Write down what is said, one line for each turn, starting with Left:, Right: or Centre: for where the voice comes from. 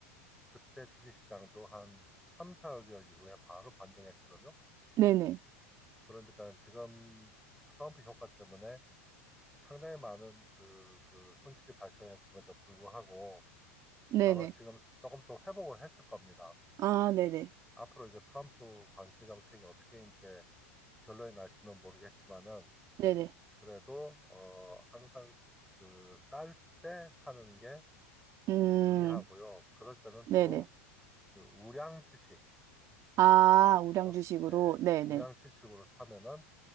Centre: 그때 주식시장도 한 3, 4개월 이후에 바로 반등했거든요.
Right: 네네.
Centre: 그러니까 지금 트럼프 효과 때문에 상당히 많은 그, 그 손실이 발생했음에도 불구하고
Right: 네네.
Centre: 아마 지금 조금 더 회복을 했을 겁니다.
Right: 아, 네네.
Centre: 앞으로 이게 트럼프 관세 정책이 어떻게 이제 결론이 날지는 모르겠지만은
Right: 네네.
Centre: 그래도 어 항상 그 쌀 때 사는 게
Right: 음,
Centre: 그 유리하고요. 그럴 때는
Right: 네네.
Centre: 주로 그 우량 주식,
Right: 아, 우량
Centre: 그죠?
Right: 주식으로.
Centre: 예,
Right: 네네.
Centre: 우량 주식으로 사면은